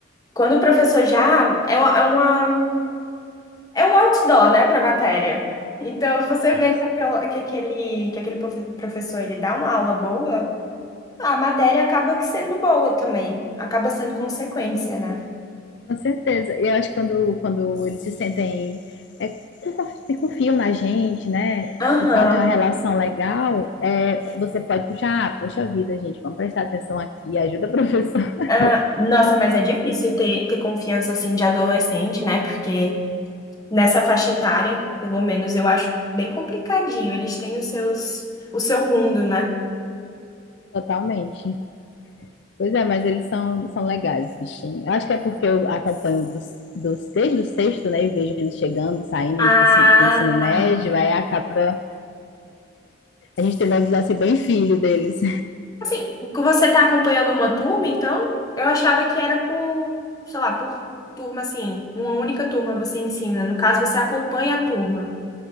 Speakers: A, on the left; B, on the left.
A: quando o professor já é uma, é uma- é um outdoor, né, pra matéria. Então, se você
B: Isso,
A: vê que aquela- que aquele, que aquele profe- professor ele dá uma aula boa, a matéria acaba que sendo boa também, acaba sendo consequência, né?
B: com certeza. E eu acho que quando, quando eles se sentem. É, se confiam na gente, né?
A: Aham.
B: E tal, tem uma relação legal, é, você pode puxar, ah, poxa vida, gente, vamos prestar atenção aqui, ajuda a professora.
A: Ah, nossa, mas é difícil ter, ter confiança assim de adolescente, né? Porque nessa faixa etária, pelo menos eu acho bem complicadinho. Eles têm os seus, o seu mundo, né?
B: <laughs> Totalmente. Pois é, mas eles são, são legais, bichinho. Eu acho que é porque eu acompanho dos, dos, desde o sexto, né? E vejo eles chegando, saindo,
A: Ah,
B: indo pro, ensino- ensino médio, aí acaba a gente tendo a visão assim, bem filho deles.
A: assim, que você tá acompanhando uma turma, então eu achava que era por, sei lá, por turma assim, uma única turma você ensina. No caso, você acompanha a turma.